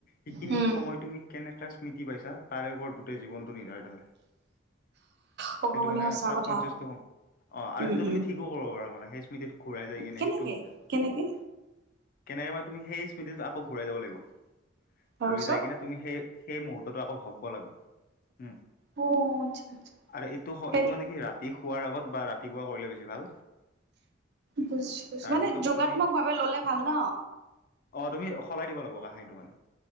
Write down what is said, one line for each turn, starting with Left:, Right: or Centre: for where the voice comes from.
Left: সেইখিনি
Right: হম,
Left: সময় তুমি কেনেকৈ স্মৃতি পাইছা তাৰে ওপৰত গোটেই জীৱনটো নিৰ্ধাৰিত হয়।
Right: ক'ব
Left: সেইটো
Right: গলে
Left: মানে
Right: সচা
Left: চাবকনচিয়াচটো
Right: কথা।
Left: অ আৰু
Right: উম,
Left: সেইটো তুমি
Right: উম,
Left: ঠিকো কৰিব পাৰা মানে, সেই স্মৃতিটো ঘূৰাই যাই কিনে
Right: কেনেকে
Left: সেইটো
Right: কেনেকে
Left: কেনেকে মানে তুমি সেই স্মৃতিত আকৌ ঘূৰাই যাব লাগিব,
Right: তাৰপিছত
Left: ঘূৰি যাই কিনে তুমি সেই সেই মুহুৰ্ততো আকৌ ভাবিব লাগিব উম।
Right: অ' আচ্ছা, আচ্ছা।
Left: আৰু এইটো
Right: হেৰি
Left: এইটো মানে কি ৰাতি শোৱাৰ আগত বা ৰাতিপুৱা কৰিলে বেছি ভাল।
Right: বুজু
Left: তাৰপিছত
Right: মানে যোগাত্মক
Left: তুমি
Right: ভাৱে ললে ভাল ন?
Left: অ তুমি সলাই দিব লাগিব কাহিনীটো মানে।